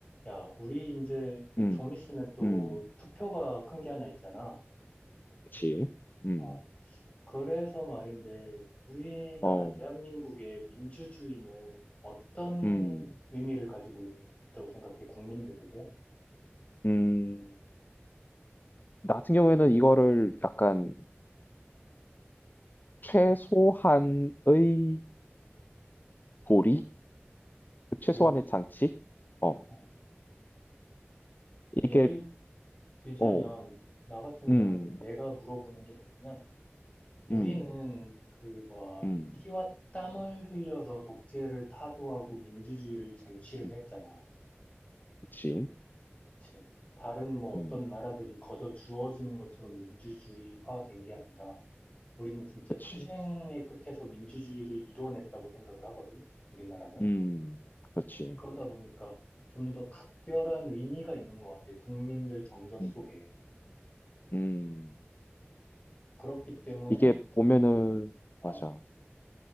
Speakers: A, on the left (about 30°); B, on the left (about 45°).
A: 야, 우리 이제
B: 음,
A: 좀 있으면 또
B: 음,
A: 투표가 큰 게 하나 있잖아.
B: 그치. 음,
A: 어, 그래서 말인데, 우리나라
B: 어,
A: 대한민국의 민주주의는 어떤
B: 음,
A: 의미를 가지고 있다고 생각해, 국민들에게?
B: 음. 나 같은 경우에는 이거를 약간 최소한의 고리? 최소한의
A: 도리.
B: 장치? 어,
A: 어, 예를
B: 이게,
A: 들자면,
B: 어,
A: 나 같은
B: 음,
A: 경우는 내가 물어보는 게 뭐냐면, 우리는
B: 음,
A: 그, 뭐,
B: 음,
A: 피와 땀을 흘려서 독재를 타도하고 민주주의를 쟁취를
B: 음,
A: 했잖아.
B: 그치.
A: 그치. 다른 뭐 어떤
B: 음,
A: 나라들이 거저 주어지는 것처럼 민주주의화 된 게 아니라 우리는 진짜
B: 그치.
A: 투쟁의 끝에서 민주주의를 이뤄냈다고 생각을 하거든. 우리나라는.
B: 음, 그치.
A: 그러다 보니까 좀 더 각별한 의미가 있는 것 같아. 국민들 정서 속에.
B: 음, 음.
A: 그렇기 때문에
B: 이게 보면은,
A: 어,
B: 맞아.